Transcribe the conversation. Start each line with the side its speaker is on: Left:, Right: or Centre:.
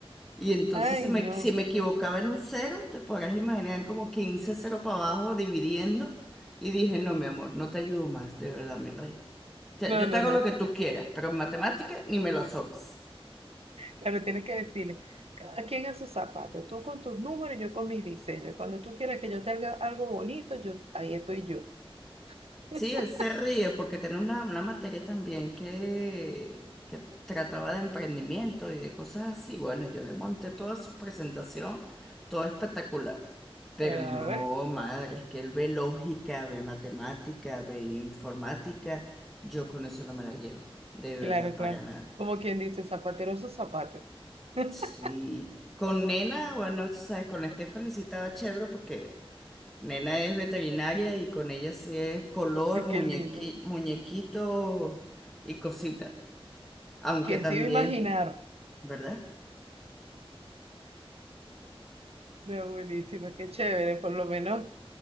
Centre: Y entonces
Right: Ay,
Centre: si me,
Right: no,
Centre: si me equivocaba en un cero, te podrás imaginar como 15 cero para abajo dividiendo. Y dije, no, mi amor, no te ayudo más, de verdad, mi rey. O sea,
Right: no,
Centre: yo
Right: no,
Centre: te hago
Right: no.
Centre: lo que tú quieras, pero en matemática ni me lo sobes.
Right: Claro, tienes que decirle, cada quien a sus zapatos, tú con tus números, yo con mis diseños. Cuando tú quieras que yo te haga algo bonito, yo, ahí estoy yo. <laughs>
Centre: Sí, él se ríe porque tenemos una, una materia también que, que trataba de emprendimiento y de cosas así. Bueno, yo le monté toda su presentación, todo espectacular. Pero
Right: A
Centre: no,
Right: ver,
Centre: madre, es que él ve lógica, ve matemática, ve informática. Yo con eso no me la llevo, de verdad,
Right: claro,
Centre: para
Right: claro.
Centre: nada.
Right: Como quien dice, zapatero a sus zapatos. <laughs>
Centre: Sí. Con Nena, bueno, tú sabes, con Stephanie sí estaba chévere porque Nena es veterinaria y con ella sí es color,
Right: Qué
Centre: muñequi,
Right: lindo.
Centre: muñequito y cosita. Aunque
Right: ¿Quién
Centre: también,
Right: se iba a imaginar?
Centre: ¿verdad?
Right: No, buenísimo, qué chévere, por lo menos